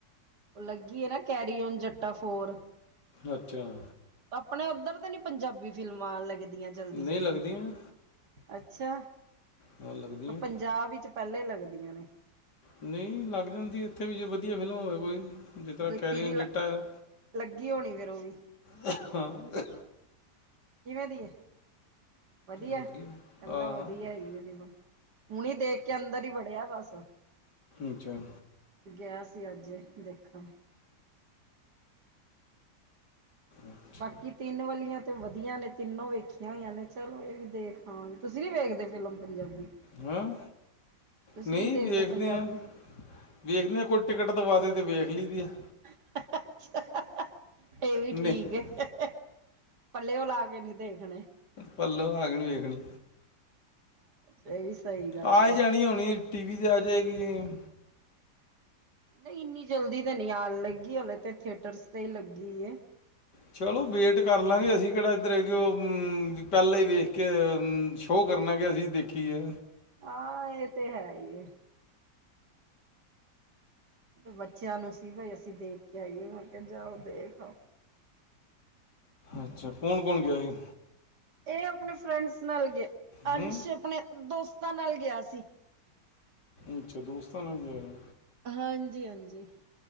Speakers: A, on the right (about 70°); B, on the left (about 70°).
A: ਉਹ ਲੱਗੀ ਏ ਨਾ, ਕੈਰੀ ਔਨ ਜੱਟਾ ਫੋਰ।
B: ਅੱਛਾ
A: ਆਪਣੇ ਉੱਧਰ ਤੇ ਨੀ, ਪੰਜਾਬੀ ਫਿਲਮਾਂ ਲੱਗਦੀਆਂ? ਜਲਦੀ-ਜਲਦੀ,
B: ਨਹੀਂ ਲੱਗਦੀਆਂ
A: ਅੱਛਾ।
B: ਹਾਂ ਲੱਗਦੀਆਂ
A: ਪੰਜਾਬ ਵਿੱਚ ਪਹਿਲੇ ਲੱਗਦੀਆਂ ਨੇ।
B: ਨਹੀਂ ਲੱਗ ਜਾਂਦੀ ਇੱਥੇ ਵੀ, ਜੇ ਵਧੀਆ ਫਿਲਮ ਹੋਵੇ ਕੋਈ। ਜਿਸ ਤਰ੍ਹਾਂ
A: ਗਿੱਪੀ
B: ਕੈਰੀ
A: ਦੀ
B: ਔਨ ਜੱਟਾ।
A: ਲੱਗੀ ਹੋਣੀ ਫਿਰ ਉਹ ਵੀ
B: ਖੋਂ ਖੋਂ
A: ਕਿਵੇਂ ਦੀ ਏ? ਵਧੀਆ।
B: ਲੱਗੀ
A: ਕਹਿੰਦਾ
B: ਆ ਹਾਂ
A: ਵਧੀਆ ਹੈਗੀ ਆ ਫਿਲਮ। ਹੁਣੀ ਦੇਖਕੇ ਅੰਦਰ ਹੀ ਵੜਿਆ ਬਸ।
B: ਅਚਾਂ
A: ਗਿਆ ਸੀ ਅੱਜ, ਦੇਖਣ।
B: ਅੱਛਾ
A: ਬਾਕੀ ਤਿੰਨ ਵਾਲੀਆਂ ਤੇ ਵਧੀਆ ਨੇ, ਤਿੰਨੋ ਵੇਖੀਆਂ ਹੋਈਆਂ ਨੇ ਚਲੋ, ਇਹ ਵੀ ਦੇਖ ਆਵਾਂਗੇ। ਤੁਸੀਂ ਨੀ ਵੇਖਦੇ, ਫਿਲਮ ਪੰਜਾਬੀ?
B: ਹਾਂ
A: ਤੁਸੀਂ
B: ਨਹੀਂ
A: ਨੀ ਦੇਖਦੇ
B: ਵੇਖਦੇ
A: ਪੰਜਾਬੀ
B: ਆਂ, ਵੇਖਦੇ ਆਂ। ਕੋਈ ਟਿਕਟ ਦਵਾਦੇ ਤੇ ਵੇਖ ਲਈ ਦੀ ਹੈ।
A: ਹਾਹਾਹਾ--ਅੱਛਾ। ਇਹ ਵੀ ਠੀਕ
B: ਨਹੀਂ
A: ਏ, ਪੱਲਿਓ ਲਾਕੇ ਨੀ ਦੇਖਣੇ।
B: ਪੱਲੋਂ ਲਾਕੇ ਨੀ ਵੇਖਣੀ।
A: ਇਹ ਵੀ ਸਹੀ ਗੱਲ
B: ਆਈ
A: ਹੈ
B: ਜਾਣੀ, ਹੁਣੀ ਟੀਵੀ ਤੇ, ਆਜੇਗੀ।
A: ਨਹੀਂ, ਇੰਨੀ ਜਲਦੀ ਤਾਂ ਨਹੀਂ ਆਣ ਲੱਗੀ, ਹਲੇ ਤੇ ਥੀਏਟਰਸ ਤੇ ਹੀ ਲੱਗੀ ਹੈ।
B: ਚਲੋ, ਵੇਟ ਕਰ ਲਾਂਗੇ, ਅਸੀਂ ਕਿਹੜਾ ਇੱਧਰ ਹੈ ਕਿ, ਉਹ ਪਹਿਲਾਂ ਹੀ ਵੇਖਕੇ ਸ਼ੋਅ ਕਰਨਾ, ਕਿ ਅਸੀਂ ਦੇਖੀਏ।
A: ਆ, ਇਹ ਤੇ ਹੈਹੀ ਏ। ਬੱਚਿਆਂ ਨੂੰ ਸੀ ਬਾਈ ਅਸੀਂ ਦੇਖਕੇ ਆਈਏ, ਮੈ ਕਿਹਾ ਜਾਓ, ਦੇਖ ਆਓ।
B: ਅੱਛਾ। ਕੋਣ-ਕੋਣ ਗਿਆ ਹੀ?
A: ਇਹ ਆਪਣੇ ਫਰੈਂਡਸ ਨਾਲ ਗਏ।
B: ਹੂੰ
A: ਅੰਸ਼ ਆਪਣੇ, ਦੋਸਤਾਂ ਨਾਲ ਗਿਆ ਸੀ।
B: ਅੱਛਾ, ਦੋਸਤਾਂ ਨਾਲ ਗਿਆ ਹੀ।
A: ਹਾਂਜੀ-ਹਾਂਜੀ।